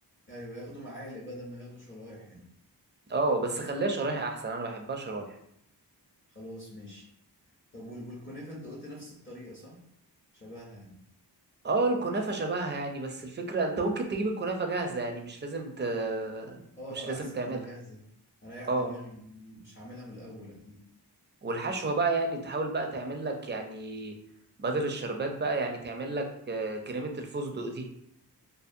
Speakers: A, on the left; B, on the right.
A: ايوه ياخدوا معالق بدل ما ياخدوا شرايح يعني
B: اه بس خليها شرايح احسن انا بحبها شرايح
A: خلاص ماشي طب وال- والكنافة انت قلت نفس الطريقة صح؟ شبهها يعني
B: اه الكنافه شبهها يعني بس الفكره انت ممكن تجيب الكنافه جاهزه يعني مش لازم ت...
A: اه
B: مش لازم
A: اه احسن
B: تعملها
A: تبقى جاهزة اريح
B: اه
A: دماغي مش هعملها من الاول اكيد
B: والحشوه بقى يعني تحاول بقى تعمل لك يعني بدل الشربات بقى يعني تعمل لك آه، كريمه الفستق دي